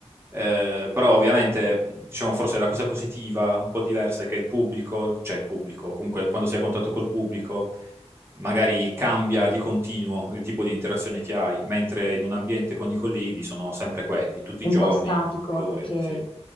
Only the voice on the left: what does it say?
È
un
po' statico,
okay.